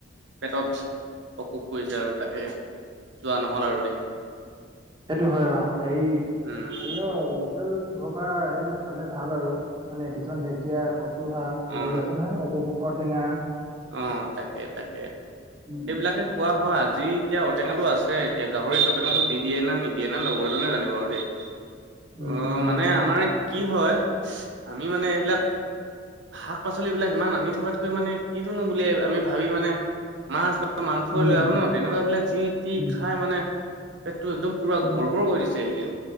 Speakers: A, on the right (about 85°); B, on the right (about 25°).
A: পেটত অসুখ কৰিছে আৰু তাকে, যোৱা নহ'ল আৰু। দেই
B: সেইটো হয় আকৌ, হেৰি
A: উম
B: হে অ, তেল ঘৰ, পৰা সেইবিলাক খালে ভাল আৰু মানে কিছুমান ঢেঁকীয়া, ক শাক, কিবা
A: অ
B: কিবি আছে নহয়, ঔটা, ঔটেঙা
A: অ, তাকে তাকে
B: উম
A: এইেবিলাকে খোৱা হয়, আজি এতিয়া ঔটেঙাটো আছে এতিয়া গাহৰিত ঔটেঙাাটো দি দিয়ে ন, নিদিয়ে নে লগৰজনে জানিব আৰু দেই।
B: উম
A: অ,
B: উম
A: মানে
B: হয়
A: আমাৰ কি হয় আমি মানে এইবিলাক শাক-পাচলি বিলাক ইমান আনি থকাতকৈ মানে কি ধনো বুলিয় আমি ভাবি মানে মাছ, বা মাংসই
B: উম
A: লৈ আহো ন, তেনেকুৱা বিলাক যি, তি
B: উম
A: খাই মানে পেটটো একদম পুৰা
B: উম
A: গৰ্বৰ কৰি দিছে এইকেইদিন,